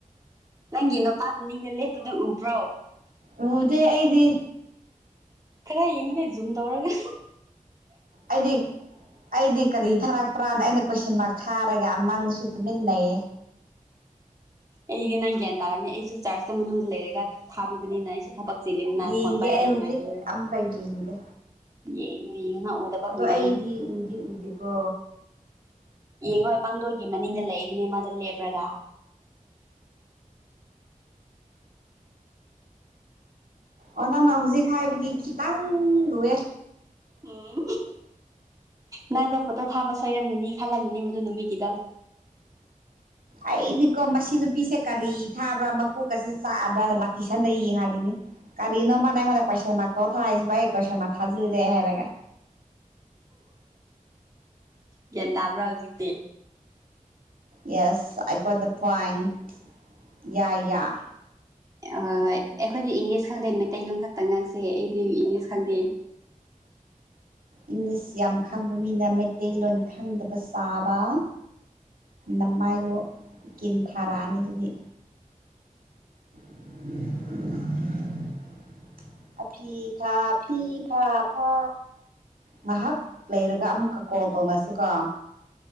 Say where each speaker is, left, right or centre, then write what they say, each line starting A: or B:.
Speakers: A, on the right; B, on the right.
A: ꯅꯪ ꯏꯅꯣ ꯄ ꯅꯤꯡ ꯂꯩꯦ ꯍ꯭ꯔꯣ
B: ꯑꯣꯗꯦ ꯑꯩꯗꯤ
A: ꯈꯔ ꯌꯦꯡꯉꯨꯅꯦ ꯖꯨꯝ ꯇꯧꯔꯒ
B: ꯑꯩꯗꯤ ꯑꯩꯗꯤ ꯀꯔꯤ ꯊꯥꯔꯛꯄ꯭ꯔꯥꯅ ꯑꯩꯅ ꯀꯣꯏꯁꯟ ꯃꯥꯔꯛ ꯊꯥꯔꯒ ꯌꯥꯝ ꯅꯪꯁꯨ ꯇꯨꯃꯤꯟꯅꯩꯌꯦ
A: ꯑꯩꯗꯤ ꯅꯪ ꯒ꯭ꯌꯥꯟ ꯇꯥꯔꯔꯕꯅꯤ ꯑꯩꯁꯨ ꯆꯥꯔꯆꯇ ꯃꯅꯨꯡꯗ ꯂꯩꯔꯒ ꯊꯥꯕꯤꯕꯅꯤꯅ ꯑꯩꯁꯨ ꯊꯕꯛ ꯆꯤꯜꯂꯤꯗꯅ
B: ꯌꯦꯡꯒꯦ
A: ꯐꯣꯟ ꯄꯥꯏꯕ
B: ꯑꯩ
A: ꯅꯨꯡꯉꯥꯏꯇꯦꯕ
B: ꯍꯧꯖꯤꯛ ꯑꯃꯨꯀ ꯌꯦꯡꯒꯦ
A: ꯌꯦꯡꯉꯨ ꯌꯦꯡꯉꯨ ꯎꯗꯕ
B: ꯑꯗꯣ
A: ꯀꯨꯏꯔꯝꯅꯤ
B: ꯑꯩꯗꯤ ꯎꯗꯤ ꯎꯗꯦꯀꯣ
A: ꯌꯦꯡꯉꯣ ꯄꯥꯡꯗꯣꯏꯒꯤ ꯃꯅꯤꯡꯗ ꯂꯩꯏꯕꯅꯦ ꯃꯥꯗ ꯂꯦꯞꯄ꯭ꯔꯒ
B: ꯑꯣꯅꯥꯃ ꯍꯧꯖꯤꯛ ꯈꯥꯏꯕꯒꯤ ꯈꯤꯇꯪ ꯔꯨꯋꯦ
A: ꯎꯝ ꯅꯪꯗ ꯐꯇꯣ ꯊꯥꯕꯁ ꯁꯣꯏꯔꯝꯒꯅꯤ ꯈꯜꯂꯝꯃꯤꯅꯤ ꯃꯗꯨ ꯅꯨꯃꯤꯠꯀꯤꯗ
B: ꯑꯩꯗꯤꯀꯣ ꯃꯁꯤ ꯅꯨꯄꯤꯁꯦ ꯀꯔꯤ ꯊꯥꯕ꯭ꯔꯥ ꯃꯀꯣꯛꯀꯁꯦ ꯆꯥꯛꯑꯕ꯭ꯔꯥꯅ ꯂꯥꯛ ꯏꯁꯟꯗ ꯌꯦ ꯍꯥꯜꯂꯤꯅꯦ ꯀꯔꯤ ꯏꯅ ꯅꯝꯕꯔ ꯅꯥꯏ ꯃ ꯀꯣꯏꯁꯟ ꯃ ꯀꯣꯊ ꯍꯥꯏꯁ ꯏ ꯀꯣꯏꯁꯥꯃ ꯊꯖꯤꯜꯗꯦ ꯍꯥꯏꯦꯕꯒ
A: ꯒ꯭ꯌꯥꯟ ꯇꯥꯕ꯭ꯔꯥ ꯍꯧꯖꯤꯛꯇꯤ
B: ꯌꯦꯁ ꯑ ꯀ꯭ꯋꯥꯠ ꯗ ꯄꯥꯏ ꯌꯥ ꯌꯥ
A: ꯍꯣꯏ ꯍꯣꯏ ꯑꯩꯈꯣꯏꯗꯤ ꯏꯪꯂꯤꯁ ꯈꯪꯗꯦ ꯃꯩꯇꯩꯂꯣꯟ ꯈꯛꯇꯪ ꯉꯥꯡꯁꯦ ꯑꯩꯗꯤ ꯏꯪꯂꯤꯁ ꯈꯪꯗꯦ
B: ꯏꯪꯂꯤꯁ ꯌꯥꯝ ꯈꯪꯕ ꯃꯤꯅ ꯃꯩꯇꯩꯂꯣꯟ ꯈꯪꯗꯕ ꯆꯥꯕ ꯅꯝꯃꯥꯏꯗꯣ ꯀꯤꯟ ꯊꯥꯔꯛꯑꯅꯤ ꯑꯗꯨꯗꯤ ꯎ ꯑ ꯐꯤ ꯐꯥ ꯐꯤ ꯐꯥ ꯐꯥ ꯉꯍꯥꯛ ꯂꯩꯔꯒ ꯑꯃꯨꯛꯀ ꯀꯣꯜ ꯇꯧꯅꯁꯤꯀꯣ